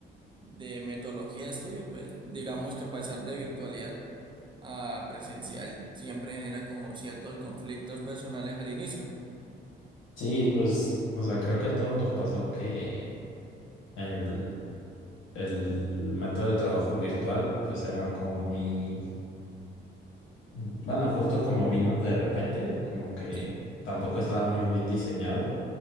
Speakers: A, on the right; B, on the left.
A: de metodología de estudio, pues digamos que pasar de virtualidad a presencial siempre genera como ciertos conflictos personales al inicio,
B: Sí, pues o sea creo que a todos nos pasó que... El, el método de trabajo virtual, pues era como muy, bueno, justo como vino de repente, como que
A: ¿sí?
B: tampoco estaba muy bien diseñado,